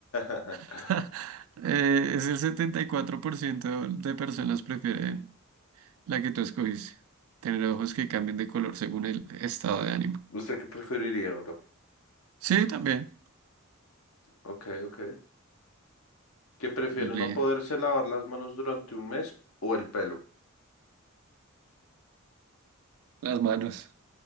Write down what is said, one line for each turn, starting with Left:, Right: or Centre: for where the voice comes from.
Left: <laughs>
Right: <laughs> Eh, es el 74% de personas prefieren la que tú escogiste. Tener ojos que cambien de color según el estado de ánimo.
Left: ¿Usted qué preferiría, bro?
Right: Sí, también.
Left: Ok, ok. ¿Qué prefiere,
Right: Li-
Left: no poderse lavar las manos durante un mes o el pelo?
Right: Las manos.